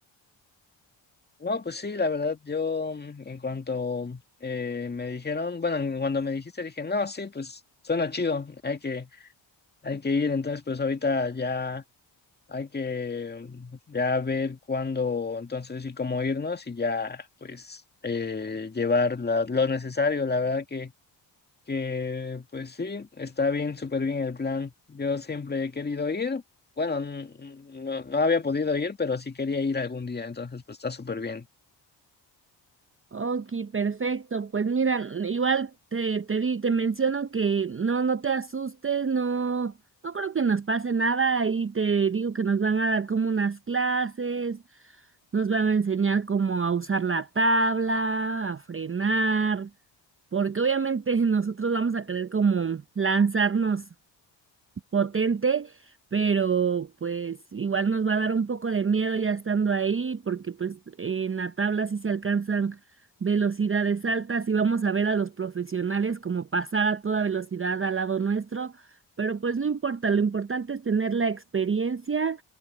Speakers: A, on the left; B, on the right.
A: No, pues sí, la verdad, yo mm, en cuanto eh, me dijeron, bueno, en cuando me dijiste dije, no, sí, pues suena chido, hay que, hay que ir, entonces pues ahorita ya hay que mm, ya ver cuándo, entonces y cómo irnos y ya pues eh, llevar la- lo necesario, la verdad que, que pues sí, está bien, súper bien el plan, yo siempre he querido ir, bueno, n- n- no, no había podido ir, pero sí quería ir algún día, entonces pues está súper bien.
B: Ok, perfecto. Pues mira, igual te, te di, te menciono que no, no te asustes, no, no creo que nos pase nada. Ahí te digo que nos van a dar como unas clases, nos van a enseñar cómo a usar la tabla, a frenar, porque obviamente <laughs> nosotros vamos a querer como lanzarnos potente, pero pues igual nos va a dar un poco de miedo ya estando ahí, porque pues en la tabla sí se alcanzan velocidades altas y vamos a ver a los profesionales como pasar a toda velocidad al lado nuestro, pero pues no importa, lo importante es tener la experiencia